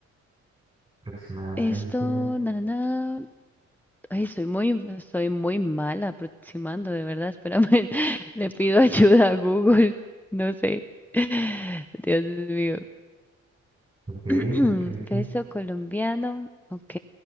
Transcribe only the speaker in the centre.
esto, na, na, na, Ay, soy muy, soy muy mala aproximando, de verdad. Espérame, <laughs> le pido ayuda a Google. No sé. <laughs> Dios mío.
<clears throat>
Peso colombiano. Ok.